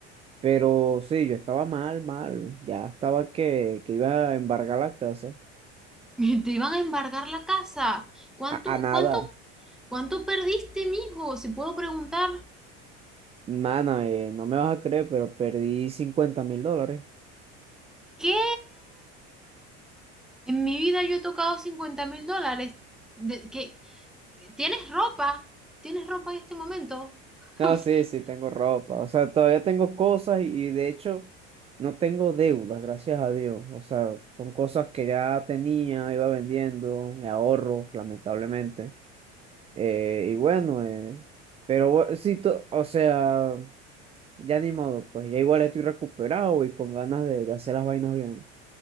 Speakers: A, on the right (about 20°); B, in the centre.
A: pero sí, yo estaba mal, mal, ya estaba que, que iba a embargar la casa,
B: <laughs> te iban a embargar la casa. ¿Cuánto,
A: a, a nada,
B: cuánto, cuánto perdiste, mijo? Si puedo preguntar.
A: mana, eh, no me vas a creer, pero perdí cincuenta mil dólares.
B: ¿Qué? En mi vida yo he tocado cincuenta mil dólares. De- que, ¿tienes ropa? ¿Tienes ropa en este momento? <laughs>
A: No, sí, sí, tengo ropa. O sea, todavía tengo cosas y, y de hecho no tengo deudas, gracias a Dios. O sea, son cosas que ya tenía, iba vendiendo, me ahorro, lamentablemente. Eh, y bueno, eh, pero bu- sí, to- o sea, ya ni modo, pues ya igual estoy recuperado y con ganas de, de hacer las vainas bien.